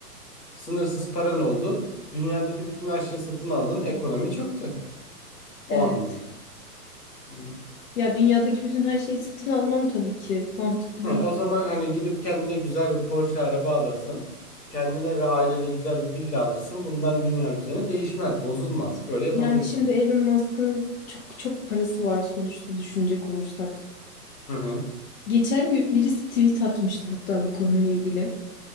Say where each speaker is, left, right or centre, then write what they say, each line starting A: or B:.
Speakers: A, on the left; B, on the left.
A: Sınırsız paran oldu. Dünyadaki bütün her şeyi satın aldın. Ekonomi çöktü.
B: Evet.
A: O anlamda. Hı.
B: Ya dünyadaki bütün her şeyi satın almam tabii ki. Mantıklı
A: He,
B: bir
A: o zaman hani gidip kendine güzel bir Porsche araba alırsın. Kendine ve ailene güzel bir villa alırsın. Bundan dünya düzeni değişmez, bozulmaz. Böyle yapabilirsin.
B: yani şimdi Elon Musk'ın çok çok parası var sonuçta düşünecek olursak.
A: Hı hı.
B: Geçen gün birisi tweet atmıştı hatta bu konuyla ilgili.